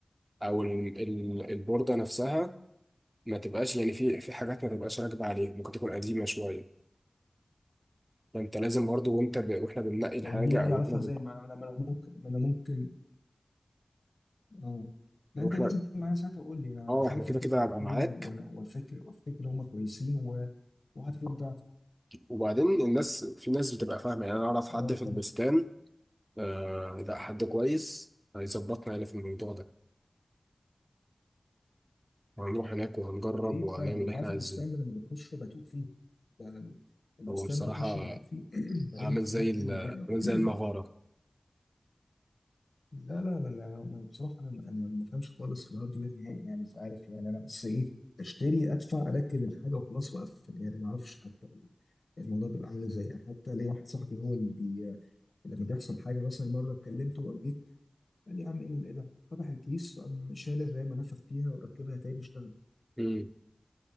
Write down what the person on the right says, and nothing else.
أو ال- ال- البوردة نفسها ما تبقاش يعني في في حاجات ما تبقاش راكبة عليها ممكن تكون قديمة شوية فأنت لازم برضو وأنت ب... وإحنا بننقي الحاجة
أو
إحنا ب...
وإحنا
آه
إحنا كده
كده
هبقى معاك
وبعدين الناس في ناس بتبقى فاهمة يعني أنا أعرف حد
في البستان
آه لا حد كويس هيظبطنا يعني في الموضوع ده وهنروح هناك وهنجرب
وهنعمل
اللي
إحنا
عايزينه
هو بصراحة
عامل
زي ال-
عامل
زي المغارة
امم